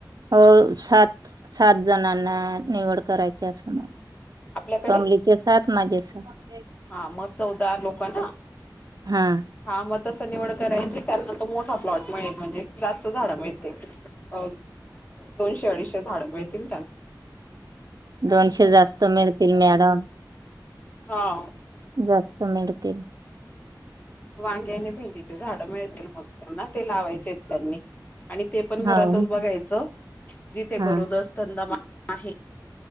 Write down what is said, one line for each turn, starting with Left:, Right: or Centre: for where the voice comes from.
Right: हो, सात-सात जणांना हा निवड करायची असं नाही.
Left: आपल्याकडे
Right: कमलीचे सात, माझे सात. <inaudible>
Left: हा मग चौदा लोक ना
Right: हा
Left: हा म तस निवड करायची त्यांना तो मोठा प्लॉट मिळेल म्हणजे जास्त झाड मिळ अ दोनशे अडीचशे झाड मिळतील त्यांना?
Right: दोनशे जास्त मिळतील मॅडम
Left: हा.
Right: जा कुठं मिळतील.
Left: वांगे आणि भेंडीचे झाड मिळतील मग त्यांना ते लावायचे आहेत त्यांनी आणि ते पण घरा
Right: हो
Left: तसच बघायचं जिथे
Right: हा
Left: गरोदर दस्मा आहे